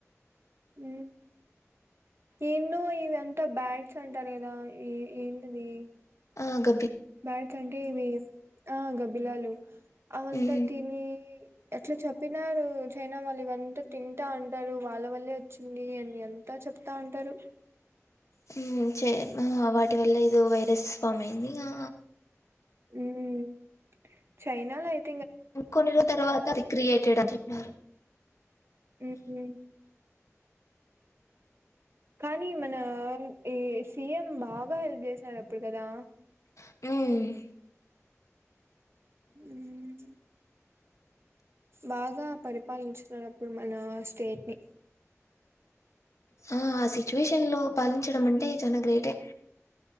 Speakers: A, on the right (about 50°); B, on the left (about 70°).
A: హ్మ్ ఏందో ఇదంతా బ్యాట్స్ అంటారు కదా ఏ ఏ ఏందది?
B: ఆగ
A: బ్యాడ్స్ అంటే హ్మ్ ఆ గబ్బిలాలు. అవంతాతిని
B: ఉమ్
A: ఎట్లా చెప్పినారు? చైనా వాళ్ళ ఇవంతా తింటా ఉంటారు వాళ్ళ వల్లే వచ్చింది అని అంతా చెప్తా ఉంటారు.
B: హ్మ్ చే వాటి వల్ల ఏదో వైరస్ ఫామ్ అయింది ఆ..
A: హ్మ్ చైనాలో ఎప్
B: కొన్ని రోజుల తర్వాత, క్రియేటెడ్ అని చెప్పినారు.
A: హ్మ్ హు కానీ మన ఈ సీఎం బాగా హెల్ప్ చేసినారు అప్పుడు కదా?
B: హ్మ్
A: హ్మ్ బాగా పరిపాలించిన అప్పుడు మన స్టేట్ ని.
B: ఆ ఆ సిచ్యువేషన్ లో పాలించడం అంటే చాల గ్రేటే.